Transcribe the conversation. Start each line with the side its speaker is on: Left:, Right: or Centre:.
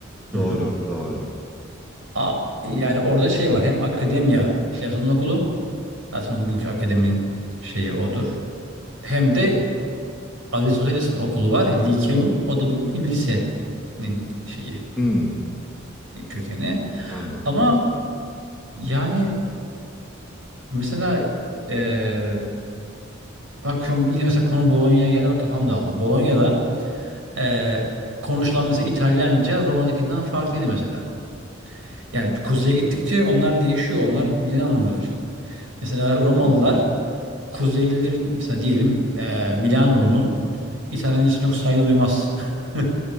Right: Hı
Centre: doğru,
Right: hı.
Centre: doğru.
Right: A- yani orada şey var hem akademiya Platon'un okulu zaten bugünkü akademinin şeyi odur. Hem de Aristoteles'in okulu var. Likeum. O da bugünkü lisenin şeyi
Centre: Hmm,
Right: kökeni.
Centre: anladım.
Right: Ama yani mesela eee bakıyorum yine mesela konu Bolonya'ya geldi. Bakın Hamdallı. Bolonya'da eee, konuşulan mesela İtalyanca Roma'dakinden farklıydı mesela. Yani kuzeye gittikçe onlar değişiyor. Onlar birbirlerini anlamıyorlar. Mesela Romalılar
Centre: Allah Allah.
Right: Kuzeylilerin mesela diyelim eee Milanoğlu'nun İtalyancasına çok saygı duymaz. <laughs>